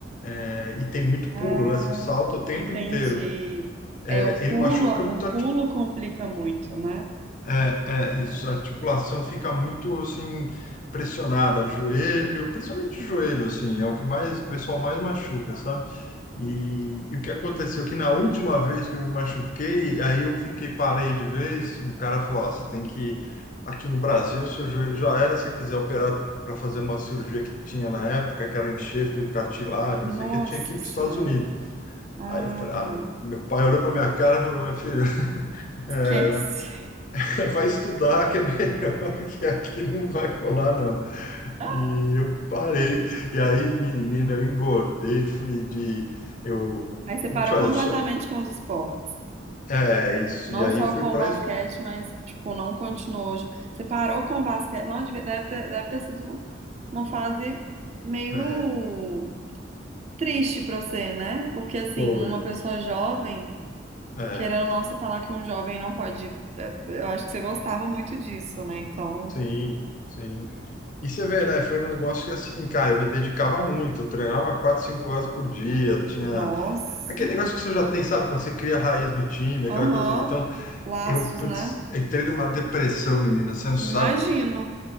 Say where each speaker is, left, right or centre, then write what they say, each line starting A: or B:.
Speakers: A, on the left; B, on the right.
A: É, e tem muito
B: Ah,
A: pulo, né? Você salta o tempo
B: entendi.
A: inteiro. É,
B: É o pulo,
A: ele machuca
B: o
A: muito
B: pulo
A: a, arti-
B: complica muito, né?
A: é, é, isso, a articulação fica muito assim pressionada, joelho, principalmente joelho, assim, é o que mais o pessoal mais machuca, sabe? E, e o que aconteceu que na última vez que eu me machuquei, aí eu fiquei parei de vez, o cara falou, ó, você tem que aqui no Brasil, seu joelho já era, se você quiser operar para fazer uma cirurgia que tinha na época, que era enxerto de cartilagem,
B: Nossa
A: não sei o que, tinha que ir para
B: Senhora.
A: os Estados Unidos.
B: Ah,
A: Aí eu falei, ah,
B: tá.
A: meu, meu pai olhou para minha cara e falou, meu filho, <laughs>
B: Esquece.
A: <laughs> vai estudar que é melhor, <laughs> que aqui não vai rolar, não.
B: <laughs>
A: E eu parei. E aí, menina, eu engordei, fui de. Eu.
B: Aí você
A: Como
B: parou
A: eu te falei,
B: completamente
A: eu sou.
B: com os esportes.
A: É, isso.
B: Não
A: E aí
B: só
A: fui
B: com
A: para.
B: o basquete, mas, tipo, não continuou. Você parou com o basquete. Não, devia- deve ter, deve ter sido uma fase meio.
A: É,
B: Triste pra você, né? Porque assim,
A: foi.
B: uma pessoa jovem,
A: É,
B: querendo ou não, você falar que um jovem não pode. é, Eu acho que você gostava muito disso, né? Então,
A: sim, sim. E você vê, né? Foi um negócio que, assim, cara, eu me dedicava muito. Eu treinava quatro, cinco horas por dia. Tinha
B: nossa.
A: aquele negócio que você já tem, sabe? Quando você cria raiz no time,
B: Aham.
A: aquela coisa toda. Então,
B: Laços,
A: eu, putz,
B: né?
A: entrei numa depressão, menina. Você não sabe.
B: Imagino.